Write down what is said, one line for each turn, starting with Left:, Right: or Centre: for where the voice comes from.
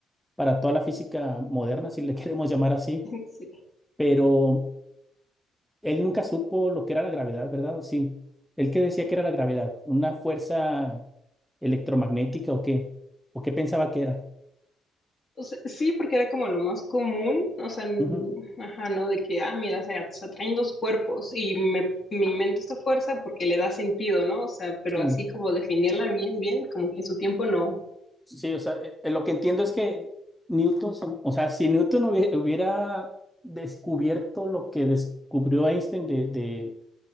Centre: para toda la física moderna, si le <laughs> queremos llamar así.
Left: sí.
Centre: Pero Él nunca supo lo que era la gravedad, ¿verdad? ¿O sí? ¿Él qué decía que era la gravedad? ¿Una fuerza electromagnética o qué? ¿O qué pensaba que era?
Left: O sea, sí, porque era como lo más común, o sea, n-
Centre: Ujú.
Left: ajá, ¿no? De que, ah, mira, se, se atraen dos cuerpos y me, me invento esta fuerza porque le da sentido, ¿no? O sea, pero
Centre: Sí,
Left: así como definirla bien, bien, como que en su tiempo no.
Centre: sí, o sea, eh, eh, lo que entiendo es que Newton, se- o sea, si Newton hubie- hubiera descubierto lo que descubrió Einstein de, de-